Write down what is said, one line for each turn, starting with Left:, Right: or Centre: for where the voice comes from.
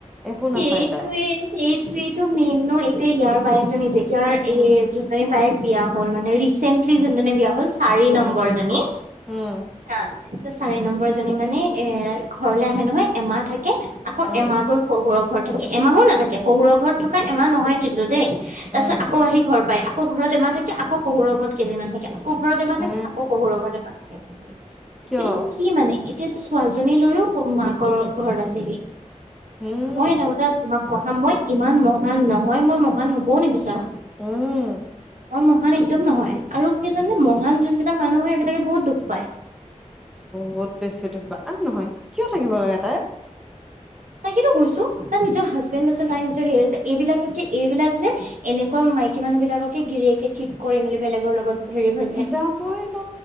Centre: একো নাপায়
Right: সেইটোৱে,
Centre: তাই
Right: সেইটোৱেইটো মেইন ন'। এতিয়া ইয়াৰ বায়েকজনী যে ইয়াৰ
Centre: উম
Right: এ যোনজনী বায়েক বিয়া হ'ল মানে, ৰিচেন্টলি যোনজনী বিয়া হ'ল চাৰি
Centre: উম
Right: নম্বৰজনী।
Centre: উম
Right: হা, তো চাৰি নম্বৰজনী মানে এ- ঘৰলৈ আহে নহয়, এমাহ থাকে। আকৌ
Centre: উম
Right: এমাহ গৈ শহুৰৰ ঘৰত থাকে। এমাহো নাথাকে। শহৰৰ ঘৰত থকা এমাহ নহয় কিন্তু দেই। তাৰ
Centre: উম
Right: পিছত আকৌ আহি ঘৰ পায়। আকৌ ঘৰত এমাহ থাকে, আকৌ শহুৰৰ ঘৰত কেইদিনমান থাকে আকৌ ঘৰৰ এমাহ
Centre: হে
Right: থাকে, আকৌ শহুৰৰ ঘৰত এমাহ থাকে।
Centre: কিয়
Right: এইটো কি মানে? কেছি ছোৱালীজনী লৈয়ো মাকৰৰ ঘৰত আছেহি।
Centre: উম
Right: মই এটা কথা তোমাক কম হা, মই ইমান মহান নহয়, মই মহান হবও নিবিচাৰোঁ।
Centre: উম।
Right: মই মহান একদম নহয়। আৰু কি জানানে? মহান যোনবিলাক মানুহ হয়, সেইবিলাকে বহুত দুখ পায়।
Centre: বহুত বেছি দুখ পায়। আৰু নহয়, কিয় থাকিব লাগে তাই?
Right: তাকেটো কৈছোঁ। তাইৰ নিজৰ হাজবেণ্ড আছে, তাই নিজৰ হেৰি আছে, এইবিলাককে এইবিলাক যে এনেকুৱা মাইকী মানুহবিলাককে গিৰিয়েকে চিট কৰে মিলি বেলেগৰ লগত হেৰি হৈ যায়
Centre: যাবই ন'।